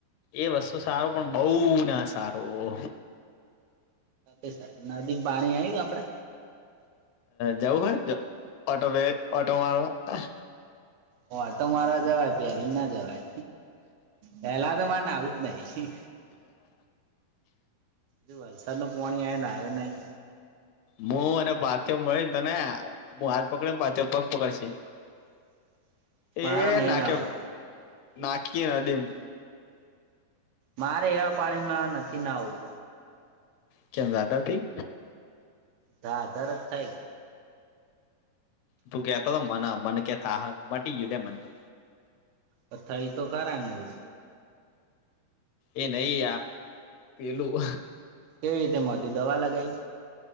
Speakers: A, on the left (about 80°); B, on the right (about 75°).
A: એ વસ્તુ સારું પણ બહુ ના સારું.
B: એ વા નદી પાણી આવ્યું આપડે?
A: જવું હોય ઓટો ઓટો માળવા
B: ઓ વાટો માર જવાય પ્યારીને ના જવાય. પેલા તો મનેને આવુંજ નહી. એ વલસાડનું પાણી આવેને આવે નહીં?
A: હું અને પાથ મળીને તને હું હાથ પકડીને પાથ પગ પકડશે.
B: <inaudible>
A: એ.
B: નહી
A: <unintelligible>
B: નાવું. મારે આ પાણીમાં નથી ના આવવું.
A: કેમ જદ થથી.
B: તો આધાર જ થાય.
A: તું કેતો તો મને મન કેતા હા મટી યુધે મનતો.
B: ક થાઈ તો કરન મૂળ.
A: એ નહ આપ પેલું
B: કેવી રીતે મોટી દવા લગાવી